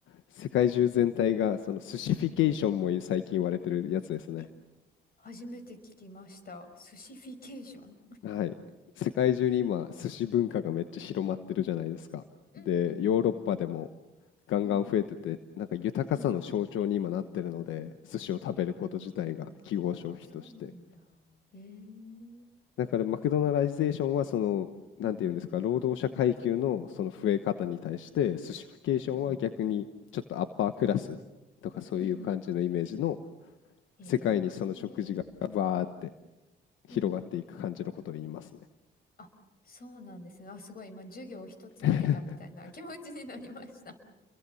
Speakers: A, on the left; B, on the left.
A: 世界中全体が、その寿司フィケーションも最近言われてるやつですね。
B: うん。え、初めて聞きました。スシフィケーション
A: はい。世界中に今、寿司文化がめっちゃ広まってるじゃないですか。
B: うんうんうん。
A: で、ヨーロッパでもガンガン増えてて、
B: うん
A: なんか豊かさの象徴に今なってるので、
B: うん。
A: 寿司を食べること自体が記号消費として。
B: へえ。あ、そうなんだ。へえ。う
A: だからマクドナライゼーションはその、なんていうんですか、
B: ん。
A: 労働者階級のその増え方に対して、スシフィケーションは逆にちょっとアッパークラスとかそういう感じのイメージの
B: うんうん。うんうん。へえ。
A: 世界にその食事がわーって
B: うん。
A: 広がっていく感じのことを言いますね。
B: あ、そうなんですね。あ、すごい。今、授業を一つ受けたみたいな
A: <laughs>
B: <laughs> 気持ちになりました。